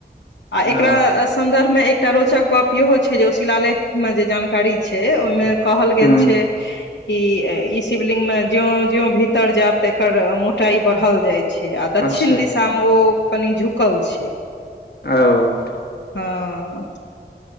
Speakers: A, on the left; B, on the left.
A: आ
B: ओ
A: एकरा संदर्भ मे एक एकटा रोचक गप इहो छै जे ओ शिलालेख में जे जानकारी छै ओहिमे कहल गेल
B: हुँ
A: छै कि ई शिवलिंग में ज्यों ज्यों भीतर जायब तऽ एकर मोटाई बढ़ल जाइ छै आ दक्षिण
B: अच्छा
A: दिशा में ओ कनि झुकल छै
B: ओ
A: हाँ